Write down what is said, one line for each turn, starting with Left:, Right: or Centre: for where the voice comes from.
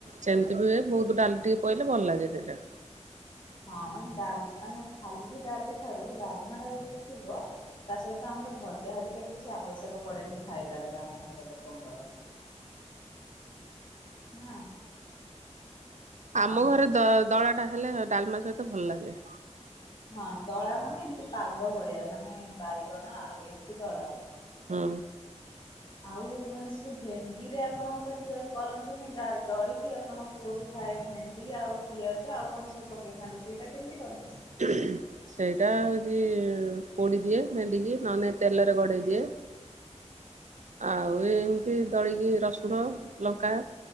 Right: ସେମିତି ବି ହୁଏ ବହୁତ ଡାଲି ଟିକେ ପଇଲେ ଭଲ ଲାଗେ ସେଇଟା।
Left: ହଁ ମାନେ ଡାଲ୍ ମାନେ ଖାଲି ଡାଲି ଠାରୁ ଡାଲମା ଟା ଯଦି ଥିବ ତା ସହିତ ଆମର ଭଜା ହରିକା କିଛି ଆବଶ୍ୟକ ପଡେନି। ଖାଇଲା ବେଳେ ଆମ ଘର ଲୋକଙ୍କର। ନା।
Right: ଆମ
Left: ଆଉ
Right: ଘରେ ଦଳା ଟା ହେଲେ ଡାଲମା ସହିତ ଭଲ ଲାଗେ।
Left: ହଁ ଦଳା ମାନେ ଏମିତି ପାଗ ଭଳିଆ ମାନେ ବାଇଗଣ ଆଳୁ ଏମିତି ଦଳା।
Right: ହୁଁ।
Left: ଆଉ ମାନେ ସେ ଯୋଉ ଭେଣ୍ଡିରେ ଆପଣ ଗୋଟେ ଦିଅ କରନ୍ତିନି ଦଳିକି ଆପଣଙ୍କ ପୁଅ ବି ଖାଏ ଭେଣ୍ଡି ଆଉ ପିଆଜ ଆଉ କଣ ସବୁ ପକେଇଥାନ୍ତି ସେଇଟା କେମିତି କରନ୍ତି?
Right: ହୁଁ ସେଇଟା ହୋଉଛି କୋଡି ଦିଏ ଭେଣ୍ଡି କି ନହଲେ ତେଲରେ ଗଡେଇ ଦିଏ। ଆଉ ଏମିତି ଦଳିକି ରସୁଣ ଲଙ୍କା।